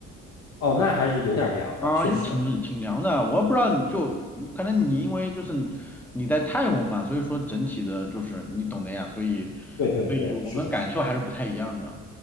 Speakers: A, on the left; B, in the centre.
A: 哦，那还是有点凉的，
B: 啊，
A: 确实。
B: 就挺挺凉的。我不知道你就可能你因为就是你在泰国嘛，所以说整体的就是你懂的呀，所以
A: 对对对，
B: 所以我们感受还是不太一样的
A: 是的，是的，